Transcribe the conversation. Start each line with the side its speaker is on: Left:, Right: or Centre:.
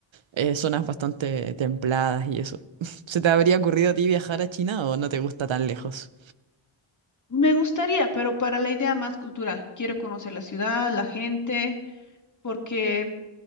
Right: Eh, zonas bastante templadas y eso. <laughs> ¿Se te habría ocurrido a ti viajar a China o no te gusta tan lejos?
Left: Me gustaría, pero para la idea más cultural, quiero conocer la ciudad, la gente, porque